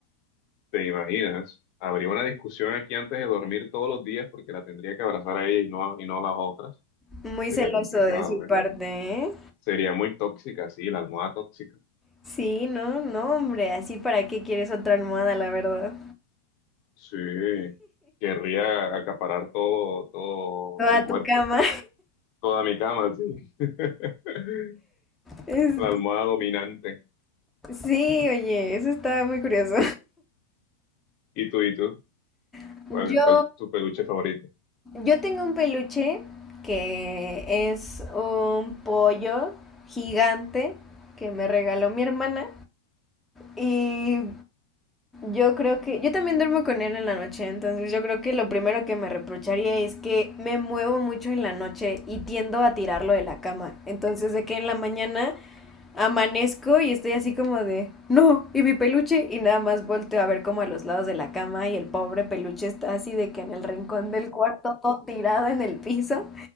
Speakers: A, on the left (about 40°); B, in the centre.
A: ¿Te imaginas? Habría una discusión aquí antes de dormir todos los días porque la tendría que abrazar a ella y no, y no a las otras.
B: Muy
A: Sería
B: celoso
A: complicado,
B: de su parte,
A: ¿eh?
B: ¿eh?
A: Sería muy tóxica, sí, la almohada tóxica.
B: Sí, no, no, hombre, así para qué quieres otra almohada, la verdad.
A: Sí, querría acaparar todo, todo
B: Toda
A: mi cuerpo,
B: tu cama.
A: toda mi cama, sí. <laughs>
B: <laughs> Es-
A: La almohada dominante.
B: Sí, oye, eso está muy curioso.
A: ¿Y tú, y tú?
B: <laughs>
A: ¿Cuál,
B: Yo
A: cuál es tu peluche favorito?
B: Yo tengo un peluche que es un pollo gigante que me regaló mi hermana y yo creo que yo también duermo con él en la noche, entonces yo creo que lo primero que me reprocharía es que me muevo mucho en la noche y tiendo a tirarlo de la cama. Entonces de que en la mañana amanezco y estoy así como de, no, y mi peluche y nada más volteo a ver como a los lados de la cama y el pobre peluche está así de que en el rincón del cuarto todo tirado en el piso.